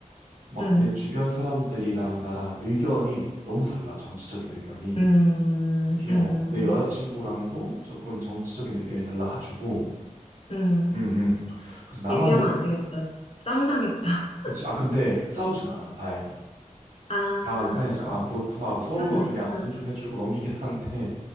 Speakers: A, on the right; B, on the left.
A: 막
B: <laughs>
A: 내 주변 사람들이랑 나랑 의견이 너무 달라, 정치적인 의견이.
B: 음,
A: 특히
B: 음,
A: 어, 내 여자친구랑도 조금 정치적인 의견이 달라가지고
B: 음.
A: 음, 음. 그래서 나만
B: 얘기하면
A: 이렇게
B: 안 되겠다. 쌈 나겠다.
A: 그치 아 근데 싸우진 않아 다행히
B: 아,
A: 다행히 싸우지 아 그렇구나 하고 서로가
B: 괜찮네.
A: 그냥
B: 응.
A: 존중해주고 넘기긴 하는데